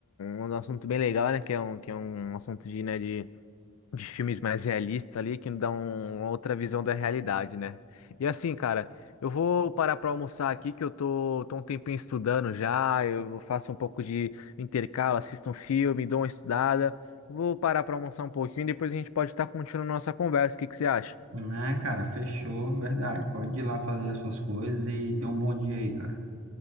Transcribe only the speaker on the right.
Ah, cara, fechou, verdade. Pode ir lá fazer as suas coisas e ter um bom dia aí, cara.